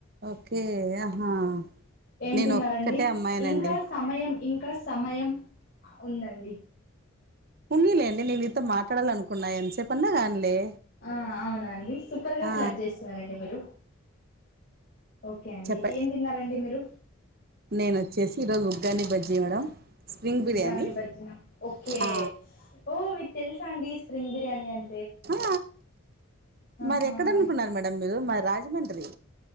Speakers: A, on the right (about 45°); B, on the left (about 45°).
A: ఓకే ఆహా
B: ఏం
A: నేను
B: తిన్నారండి
A: ఒక్కటే అమ్మాయినండి
B: ఇంకా సమయం ఇంకా సమయం ఉందండి
A: ఉన్నిలేండి నేన్ నీతో మాట్లాడాలనుకున్నా ఎంతసేప్న్నా కానీలే
B: ఆ అవునా అండి సూపర్ గా
A: ఆ
B: ఫ్లడ్ చేస్తున్నారండి మీరు ఓకే అండి
A: చెప్ప
B: ఏం తిన్నారండి మీరు
A: నేనోచ్చేసి ఈరోజు ఉగ్గాని బజ్జి మేడం స్ప్రింగ్ బిర్యానీ
B: ఉగ్గాన్ని బజ్జిన ఓకే
A: ఆ
B: ఓ మీకు తెల్సా అండి స్ప్రింగ్ బిర్యానీ అం
A: ఆ
B: ఆహా
A: మరి ఎక్కడ అనుకున్నారు మేడం మీరు మాది రాజమండ్రి